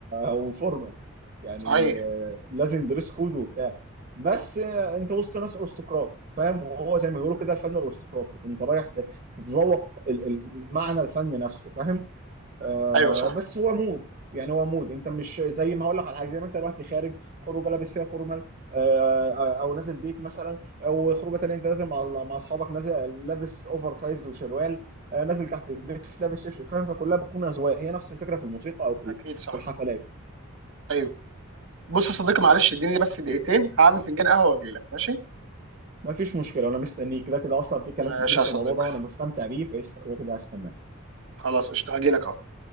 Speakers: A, on the right (about 40°); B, on the right (about 75°).
A: وفورمال يعني
B: صحيح
A: آه، لازم دريس كود وبتاع بس آه، انت وسط ناس ارستقراط فاهم وهو زي ما بيقولوا كده الفن الارستقراطي انت رايح تتذوق ال- ال- معنى الفن نفسه فاهم آه
B: ايوه صح
A: بس هو مود يعني هو مود انت مش زي ما هقول لك على حاجه زي ما انت دلوقتي خارج خروجه لابس فيها فورمال آه او نازل ديت مثلا او خروجه تانيه انت نازل مع مع اصحابك نازل لابس اوفر سايز وشروال آه نازل تحت البيت لابس شبشب فاهم فكلها بتكون اذواق هي نفس الفكره في الموسيقى او في
B: اكيد صح
A: في الحفلات
B: ايوه بص يا صديقي معلش اديني بس دقيقتين هعمل فنجان قهوه واجي لك ماشي
A: ما فيش مشكله انا مستنيك كده كده اصلا في كلام
B: ماشي
A: كتير في
B: يا صديقي
A: الموضوع ده وانا مستمتع بيه فايش كده كده هستناك
B: خلاص قشطه هاجي لك اهو